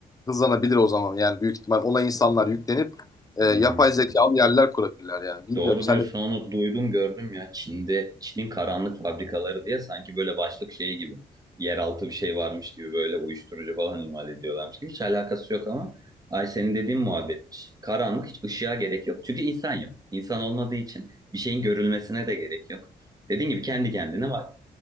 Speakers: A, on the left; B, on the right.
A: Hızlanabilir o zaman yani büyük ihtimal ona insanlar yüklenip e, yapay
B: Hmm.
A: zekalı yerler kurabilirler yani. Bilmiyorum
B: Doğru
A: sen
B: diyorsun
A: de
B: onu duydum gördüm ya Çin'de Çin'in karanlık fabrikaları diye sanki böyle başlık şey gibi yeraltı bir şey varmış gibi böyle uyuşturucu falan imal ediyorlarmış gibi hiç alakası yok ama ay senin dediğin muhabbetmiş. Karanlık hiç ışığa gerek yok çünkü insan yok. İnsan olmadığı için bir şeyin görülmesine de gerek yok. Dediğin gibi kendi kendine ma-